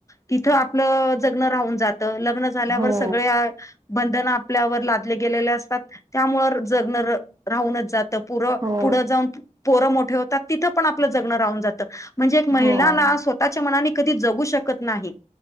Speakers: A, on the left; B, on the right.
A: तिथ आपल जगन राहून जात. लग्न झाल्यावर
B: हो
A: सगळे बंधन आपल्यावर लादले गेलेले असतात. त्यामुळे जगन राहूनच जात. पुर
B: हो
A: पुढ जाऊन पोरं मोठे होतात. तिथ पण आपल जगण राहून जात. म्हणजे एक महिला
B: हो
A: ना स्वतःच्या मनाने कधी जगू शकत नाही.